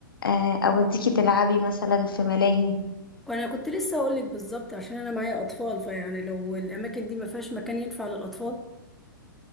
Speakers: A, on the left; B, in the centre.
A: آه، اوديكي تلعبي مثلا في ملاهي
B: وانا كنت لسه اقول لك بالظبط عشان انا معايا اطفال فيعني لو الاماكن دي ما فيهاش مكان ينفع للاطفال